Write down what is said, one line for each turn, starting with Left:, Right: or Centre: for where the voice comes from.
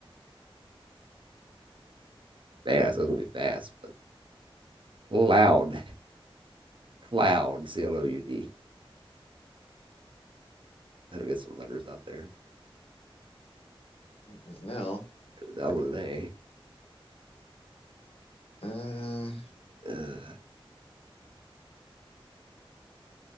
Right: fast. That's gonna be fast, but cloud, cloud, C L O U D. I'll get some letters out there.
Left: Is now.
Right: There's an L and an A.
Left: Uh,
Right: Uh,